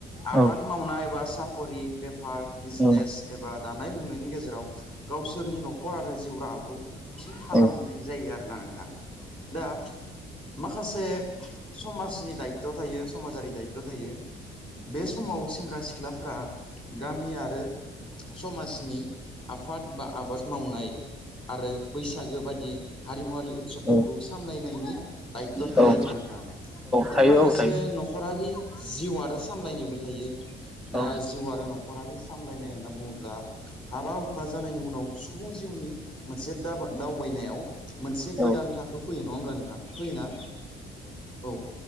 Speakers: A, on the left (about 25°); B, in the centre.
A: आबाद
B: औ
A: मावनाय बा सा खरि, बेफार, बिजनेस
B: औ
A: एबा दानाय लुनायनि गेजेराव गावसोरनि न'खर आरो जिउ राहा खौ थि खालामनाय
B: औ
A: जायो आरोना नोंथां। दा माखासे समाजनि दायथ' थायो समाजारि दायथ' थायो बे समाव सेंग्रा सि <unintelligible> फ्रा गामि आरो समाजनि आफाद बा आबाद मावनाय आरो बैसागो बादि हारिमुवरारि उत्सबफोरखौ
B: औ
A: सामलायनायनि दायथ' थायो
B: औ
A: आरो ना नोंथां दा
B: थायो
A: माखासे
B: औ थायो
A: न'खरारि जिउ आरो सामलायनायबो थायो दा
B: औ
A: जिउ आरो न'खरारि सामलायनाय होनना बुङोब्ला हाबा हुखा जानायनि उनाव सुबुं जिउनि मोनसे द दावबायनायाव मोनसे
B: औ
A: गोदान थाखो फैयो नङा होमब्ला नोंथां फैयोना औ